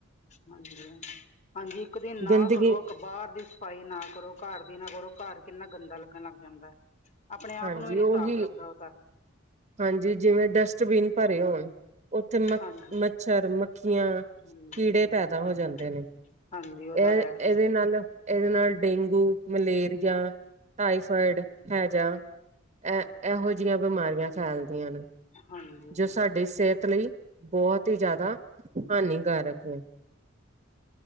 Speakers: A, on the left; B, on the right.
A: ਹਾਂਜੀ ਹਾਂ ਹਾਂਜੀ ਇੱਕ ਦਿਨ ਨਾ
B: ਗੰਦਗੀ
A: ਕਰੋ, ਬਾਹਰ ਦੀ ਸਫ਼ਾਈ ਨਾ ਕਰੋ ਘਾਰ ਦੀ ਨਾ ਕਰੋ ਘਾਰ ਕਿੰਨਾ ਗੰਦਾ ਲੱਗਣ ਲੱਗ ਜਾਂਦਾ, ਆਪਣੇ ਆਪ
B: ਹਾਂਜੀ
A: ਨੂੰ ਹੀ ਨੀ
B: ਉਹੀ
A: ਸਾਫ਼ ਲੱਗਦਾ ਉਹ ਤਾਂ,
B: ਹਾਂਜੀ ਜਿਵੇਂ ਡਸਟਬਿਨ ਭਰੇ ਹੋਣ, ਉੱਥੇ ਮ
A: ਹਾਂਜੀ
B: ਮੱਛਰ ਮੱਖੀਆਂ
A: ਹਾਂਜੀ
B: ਕੀੜੇ
A: ਹਾਂਜੀ
B: ਪੈਦਾ
A: ਉਹ
B: ਹੋ
A: ਤਾਂ
B: ਜਾਂਦੇ
A: ਹੈ
B: ਨੇ,
A: ਹਾਂਜੀ ਉਹ
B: ਇਹਦੇ
A: ਤਾਂ ਹੈ ਜੀ
B: ਨਾਲ, ਇਹਦੇ ਨਾਲ ਡੇਂਗੂ, ਮਲੇਰੀਆ, ਟਾਈਫੋਇਡ, ਹੈਜਾ, ਇਹ ਇਹੋ ਜਿਹੀਆਂ ਬਿਮਾਰੀਆਂ ਫੈਲਦੀਆਂ ਨੇ
A: ਹਾਂਜੀ
B: ਜੋ ਸਾਡੀ ਸਿਹਤ ਲਈ, ਬਹੁਤ ਹੀ ਜ਼ਿਆਦਾ ਹਾਨੀਕਾਰਕ ਨੇ,